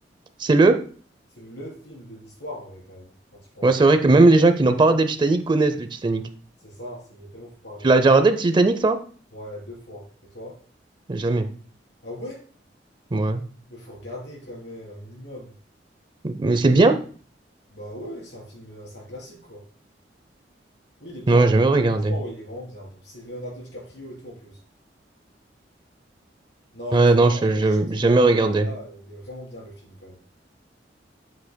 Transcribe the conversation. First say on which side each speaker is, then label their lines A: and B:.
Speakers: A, on the right (about 25°); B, on the left (about 75°).
A: c'est le?
B: C'est le film de l'histoire, en vrai, quand même, quand tu penses.
A: Ouais, c'est vrai que même les gens qui n'ont pas regardé le Titanic connaissent le Titanic.
B: C'est ça, c'est, il a tellement fait parler.
A: Tu l'as déjà regardé le Titanic, toi?
B: Ouais, deux fois. Et toi?
A: Jamais.
B: Ah ouais?
A: Ouais.
B: Mais faut regarder, quand même, un minimum.
A: Mais c'est bien?
B: Bah ouais, c'est un film, euh, c'est un classique, quoi. Oui, il est bien,
A: Non,
B: en vrai,
A: jamais
B: il est bien.
A: regardé.
B: Franchement, ouais, il est vraiment bien. C'est Leonardo DiCaprio et tout, en plus. Non,
A: Ouais,
B: il est trop
A: non,
B: bien.
A: je,
B: Moi
A: je-
B: je suis en train
A: jamais
B: de me remémorer,
A: regardé.
B: là. euh, Il est vraiment bien, le film, quand même.